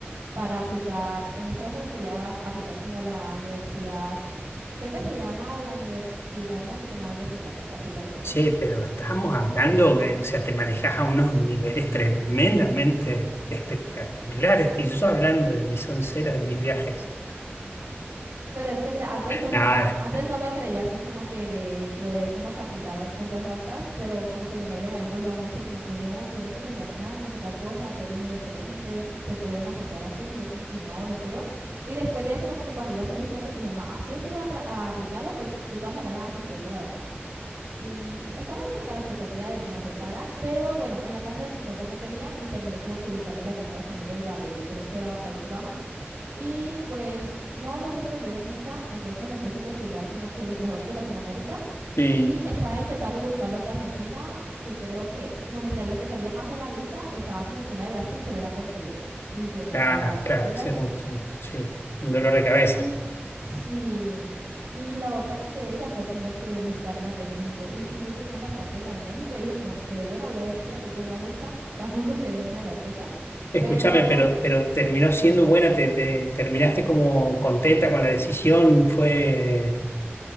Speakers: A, on the right (about 80°); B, on the left (about 75°).
A: para aplicar. En ese caso le quería aplicar como a la universidad, creo que se llama la Universidad Nacional de Singapur, así tal cual.
B: Che, pero estamos hablando que, o sea, te manejas a unos niveles tremendamente espectaculares y yo hablando de mis onceras, de mis viajes.
A: Pero es que mira, antes no tenía,
B: Nada,
A: antes no me creía así como que de poder como que aplicar a cosas altas, pero como que mi novio me ha impulsado mucho como que no, tienes que pensar en alto, que tal cosa, tú eres muy excelente, te pueden aceptar así, yo como que no, lo creo. Y después de eso como que cuando iba a hacer mis prácticas dije, no, sí o sí voy a, pra- a aplicarlo, pues de todas maneras nada se pierde, la verdad. Y estaba ahí como que a la expectativa de que me aceptaran, pero bueno, en la casa de Singapur no tenían y terminé como que buscando las de Estados Unidos y la de creo que era Países Bajos. Y pues no nos respondieron nunca, entonces me puse a investigar como que los mejores de Latinoamérica
B: sí,
A: y estaba intentando buscar los de Argentina, que creo que, no mentira, las que salían más en la lista, estaba como que una de Brasil, pero era portugués y yo no
B: ah,
A: hablaba portugués.
B: claro, ese es un, un- sí, un dolor de
A: Y
B: cabeza.
A: sí, y la otra que quedé ya fue como que buscar en las de México. Y sí tenían bastante en la de México. Y dije como que bueno, voy a ver si aplico una beca. <laughs> Tampoco quedé en una de las becas.
B: Escúchame,
A: Pero
B: pero, pero terminó siendo buena, te, te- terminaste como contenta con la decisión, fue,